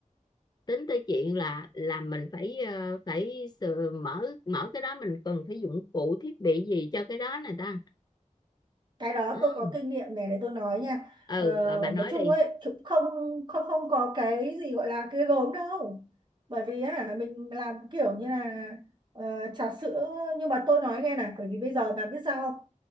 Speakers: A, on the left (about 30°); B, on the right (about 35°).
A: tính tới chuyện là là mình phải ờ, phải sờ- mở mở cái đó mình cần phải dụng cụ thiết bị gì cho cái đó này ta
B: Cái đó
A: ừ,
B: tôi có kinh nghiệm này để tôi nói nha.
A: ừ
B: Ờ,
A: rồi bà nói
B: nói chung
A: đi
B: ấy cũng không không không có cái gì gọi là ghê gớm đâu. Bởi vì á mình làm kiểu như là ờ, trà sữa nhưng mà tôi nói nghe này bởi vì bây giờ bà biết sao không?